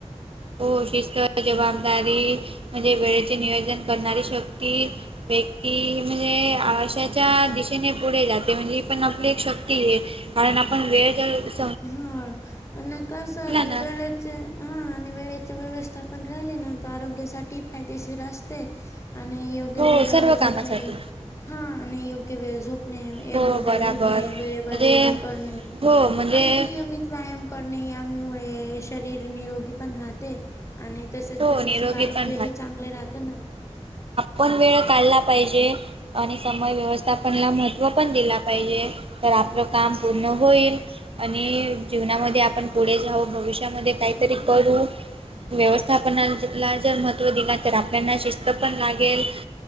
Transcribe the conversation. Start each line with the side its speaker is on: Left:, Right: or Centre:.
Right: हो शिस्त जबाबदारी म्हणजे वेळेचे नियोजन करणारी शक्ती व्यक्ती म्हणजे आशाच्या दिशेने पुढे जाते म्हणजे पण आपली एक शक्ती आहे कारण आपण वेळ ज
Left: हा आणि कसं आहे
Right: ना
Left: व हा आणि वेळेची व्यवस्था पण राहिली ना तर आरोग्यासाठी फायदेशीर असते आणि योग्य
Right: हो
Left: वेळ
Right: सर्व
Left: झोपणे
Right: कामासाठी.
Left: हा आणि योग्य वेळ झोप एक
Right: हो
Left: वेळ
Right: बराबर
Left: उठणे वेळेवर
Right: म्हणजे
Left: जेवण करणे
Right: हो म्हणजे
Left: आणि नियमित व्यायाम करणे यामुळे शरीर निरोगी पण राहते आणि तसेच
Right: हो
Left: मानसिक
Right: निरोगी
Left: आरोग्यही
Right: पण
Left: चांगले राहते ना
Right: पण वेळ काढला पाहिजे आणि समय व्यवस्थापनला महत्त्व पण दिला पाहिजे तर आपलं काम पूर्ण होईल आणि जीवनामध्ये आपण पुढे जाऊ भविष्य त्यामध्ये काहीतरी
Left: हम्म.
Right: करू व्यवस्थ स्थापना ला जर महत्त्व दिला तर आपल्याना शिस्त पण लागेल